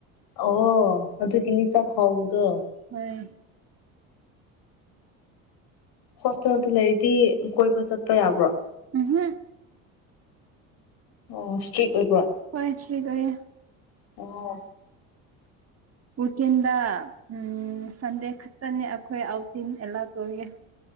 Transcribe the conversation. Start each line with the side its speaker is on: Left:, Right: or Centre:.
Left: ꯑꯣ ꯑꯗꯨꯒꯤꯅꯤ ꯆꯥꯛ ꯍꯥꯎꯕꯗꯨ
Right: ꯍꯣꯢ
Left: ꯍꯣꯁꯇꯦꯜꯗ ꯂꯩꯔꯗꯤ ꯀꯣꯏꯕ ꯆꯠꯄ ꯌꯥꯕ꯭ꯔꯣ
Right: ꯎꯝꯍꯝ
Left: ꯑꯣ ꯏꯁꯇ꯭ꯔꯤꯛ ꯑꯣꯏꯕ꯭ꯔꯣ
Right: ꯍꯣꯏ ꯐ꯭ꯔꯤ ꯑꯣꯏꯌꯦ
Left: ꯑꯣ
Right: ꯋꯤꯀꯦꯟꯗ ꯎꯝ ꯁꯟꯗꯦ ꯈꯛꯇꯅꯤ ꯑꯩꯈꯣꯏ ꯑꯥꯎꯇꯤꯡ ꯑꯦꯂꯥꯎꯠ ꯑꯣꯢꯌꯦ